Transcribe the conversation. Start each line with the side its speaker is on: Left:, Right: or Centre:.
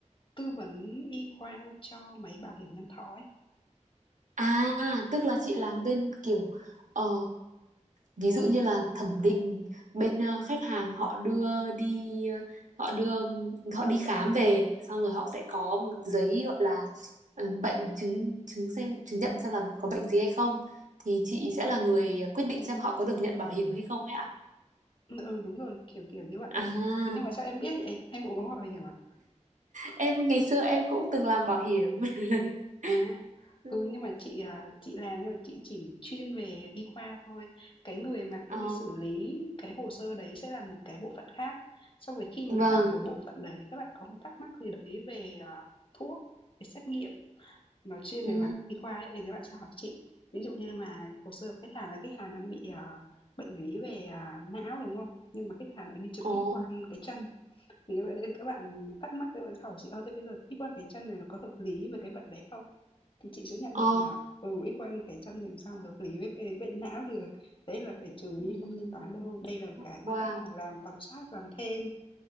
Left: tư vấn y khoa cho mấy bảo hiểm nhân thọ ấy.
Right: À, tức là chị làm bên kiểu ờ, ví dụ như là thẩm định bên ờ, khách hàng họ đưa đi ờ, họ đưa họ đi khám về xong rồi họ sẽ có một giấy gọi là ờ, bệnh chứng chứng xem chứng nhận xem là có bệnh gì hay không thì chị sẽ là người quyết định xem họ có được nhận bảo hiểm hay không ấy ạ.
Left: Ừ, ừ, đúng rồi, kiểu kiểu như vậy
Right: À.
Left: ấy. Nhưng mà sao em biết vậy? Em cũng có gọi bảo hiểm à?
Right: em ngày xưa em cũng từng làm bảo hiểm <laughs>
Left: À,
Right: Ừ.
Left: ừ nhưng mà chị à, chị làm nhưng mà chị chỉ chuyên về y khoa thôi. Cái người mà cái
Right: ờ
Left: người xử lý cái hồ sơ đấy sẽ là một cái bộ phận khác. Xong rồi khi mà
Right: vâng
Left: các bạn ở bộ phận đấy các bạn có một thắc mắc gì đấy về à, thuốc, về xét nghiệm Nói chuyên
Right: ừ
Left: về mặt y khoa ấy, thì các bạn sẽ hỏi chị. Ví dụ như mà hồ sơ của khách hàng là khách hàng đang bị, ờ, bệnh lý về, à, não, đúng không? Nhưng mà khách hàng lại đi chụp
Right: ồ
Left: X-quang cái chân, thì các bạn thắc mắc các bạn sẽ hỏi chị: "Ơ, thế bây giờ X-quang cái chân này nó có hợp lý với cái bệnh đấy không?" Thì chị sẽ nhận
Right: ờ
Left: định là, ừ, X-quang cái chân thì làm sao mà hợp lý với cái bệnh não được, đấy là phải trừ đi
Right: ừ
Left: không thanh toán đâu. Đây là cái mà
Right: wow
Left: khách hàng làm tầm soát, làm thêm